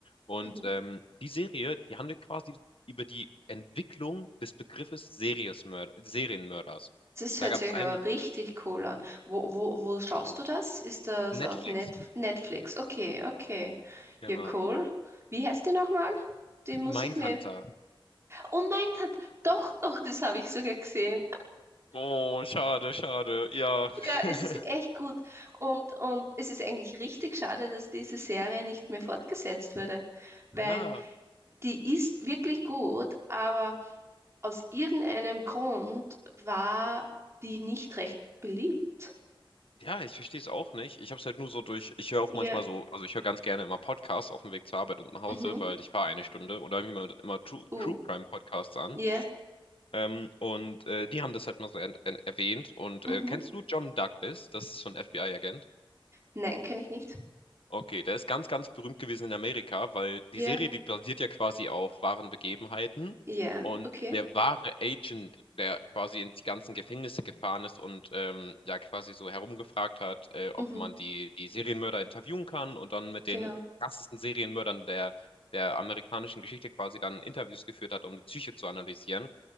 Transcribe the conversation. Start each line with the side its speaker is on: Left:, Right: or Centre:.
Left: Und
Right: Mhm.
Left: ähm, die Serie, die handelt quasi über die Entwicklung des Begriffes Seriesmörd Serienmörders.
Right: Das
Left: Da
Right: hört
Left: gab
Right: sich
Left: es einen
Right: aber richtig cool an. Wo, wo, wo schaust du das? Ist das
Left: Netflix,
Right: auf Net Netflix? Okay, okay.
Left: genau.
Right: Ja, cool. Wie heißt die nochmal? Die muss
Left: Mindhunter.
Right: ich mir. Oh mein Gott, doch, doch, das habe ich sogar gesehen.
Left: Oh, schade, schade. Ja.
Right: Ja,
Left: <laughs>
Right: es ist echt gut. Und, und es ist eigentlich richtig schade, dass diese Serie nicht mehr fortgesetzt wurde, weil
Left: Ja,
Right: die ist wirklich gut, aber aus irgendeinem Grund war die nicht recht beliebt.
Left: ja, ich verstehe es auch nicht. Ich habe es halt nur so durch, ich höre auch
Right: Ja.
Left: manchmal so, also ich höre ganz gerne immer Podcasts auf dem Weg zur Arbeit und nach Hause,
Right: Mhm.
Left: weil ich fahre eine Stunde und da höre ich mir immer, immer True,
Right: Uh.
Left: True Crime Podcasts an.
Right: Ja,
Left: Ähm, und äh, die haben das halt mal so en- en- erwähnt. Und
Right: mhm.
Left: äh, kennst du John Douglas? Das ist so ein FBI-Agent.
Right: Nein, kenne ich nicht.
Left: Okay, der ist ganz, ganz berühmt gewesen in Amerika, weil
Right: Ja,
Left: die Serie, die basiert ja quasi auf wahren Begebenheiten.
Right: ja,
Left: Und
Right: okay.
Left: der wahre Agent, der quasi in die ganzen Gefängnisse gefahren ist und ähm, ja quasi so herumgefragt hat, äh, ob
Right: Mhm,
Left: man die, die Serienmörder interviewen kann und dann mit
Right: genau.
Left: den krassesten Serienmördern der, der amerikanischen Geschichte quasi dann Interviews geführt hat, um die Psyche zu analysieren,